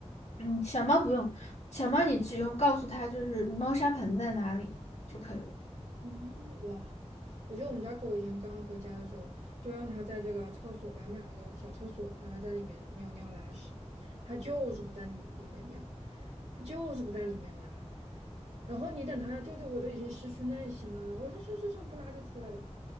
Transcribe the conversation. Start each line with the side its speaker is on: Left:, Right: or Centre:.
Left: 嗯，小猫不用，小猫你只用告诉它就是猫砂盆在哪里就可以了。
Right: 哦，哇！我记得我们家狗以前刚回家的时候，就让它在这个厕所给它买了个小厕所，让它在里面尿尿拉屎，它就是不在你里面尿，它就是不在里面拉。然后你等它，就就我都已经失去耐心了，然后它说算算不拉就出来吧，